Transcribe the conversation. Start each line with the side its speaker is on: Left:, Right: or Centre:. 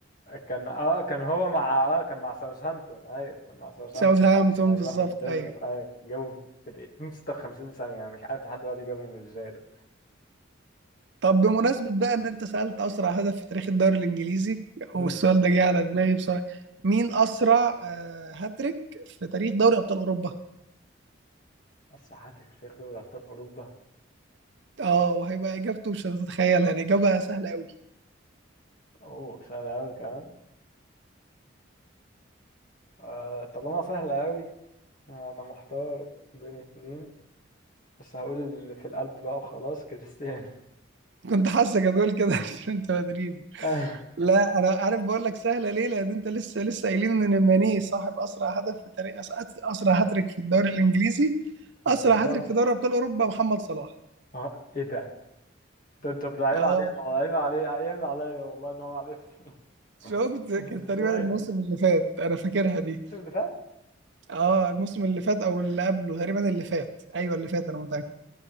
Left: كان اه كان هو مع اه كان مع ساوثهامبتون ايوه كان مع ساوثهامبتون
Right: ساوثهامبتون
Left: هيروح
Right: بالظبط
Left: الدنمارك
Right: ايوه
Left: ايوه جابوا في في دقيقتين 56 ثانية انا مش عارف لحد دلوقتي جابهم ازاي ده
Right: طب بمناسبة بقى ان انت سألت اسرع هدف في تاريخ الدوري الانجليزي والسؤال
Left: امم
Right: ده جه على دماغي بصراحة مين اسرع آه، هاتريك في تاريخ دوري ابطال اوروبا
Left: اسرع هاتريك في تاريخ دوري ابطال اوروبا
Right: اه وهيبقى اجابته مش هتتخيل يعني اجابة سهلة قوي
Left: اوه سهل قوي كمان آه طالما سهلة قوي انا محتار بين اتنين بس هقول اللي في القلب بقى وخلاص كريستيانو <laughs>
Right: كنت حاسك هتقول كده <laughs> عشان انت مدريدي
Left: آه،
Right: لا انا عارف بقول لك سهلة ليه لان انت لسه لسه قايلين ان ماني صاحب اسرع هدف في تاريخ أس- اسرع هاتريك في الدوري الانجليزي
Left: ما
Right: اسرع
Left: تهزرش
Right: هاتريك في دوري ابطال اوروبا محمد صلاح
Left: اه ايه ده ده انت ده عيب
Right: اه
Left: علينا عيب علي عيب عليا والله ان انا ما عرفت <laughs>
Right: شفت
Left: ازاي
Right: كان تقريبا الموسم
Left: دي الموسم
Right: اللي فات انا فاكرها دي
Left: اللي فات
Right: اه الموسم اللي فات او اللي قبله تقريبا اللي فات ايوه اللي فات انا متاكد